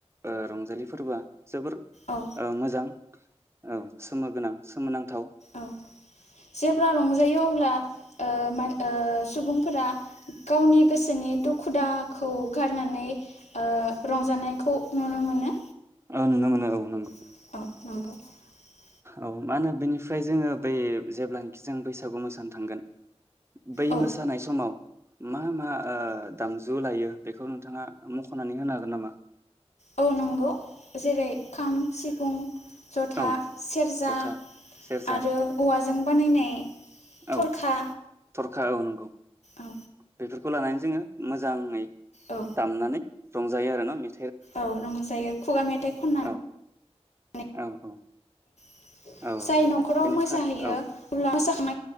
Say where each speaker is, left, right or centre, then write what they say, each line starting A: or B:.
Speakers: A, on the right; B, on the left.
A: ओ रंजालि फोरबोआ जोबोर ओ
B: औ
A: मोजां। औ सोमो गोनां सोमोनां गोथाव
B: औ जेब्ला रंजायो अब्ला ओ मान ओ सुबुंफोरा गावनि गोसोनि दुखु दाहाखौ गारनानै ओ रंजानायखौ नुनो मोनो।
A: औ नुनो मोनो औ नंगौ
B: <inaudible>
A: औ मा होनो बेनिफ्राय जोङो बै जेब्लानोखि जों बैसागु मोसानो थांगोन बै
B: औ
A: मोसानाय समाव मा मा ओ दामजु लायो बेखौ नोंथाङा मख'नानै होनो हागोन नामा?
B: औ नंगौ जेरै खाम सिफुं जथा
A: औ
B: सेरजा
A: जथा सेरजा
B: आरो औवा जों बानायनाय थरखा
A: औ थरखा औ नंगौ
B: औ
A: बेफोर खौ लानानै जोङो मोजाङै
B: औ
A: दामनानै रंजायो आरो ना मे
B: औ रंजायो खुगा मेथाइ खननानै
A: औ औ औ
B: जाय
A: औ रंजायो
B: न'खराव
A: बेनिफ्राय
B: मोसाहैयो
A: औ
B: अब्ला साख <inaudible> ओ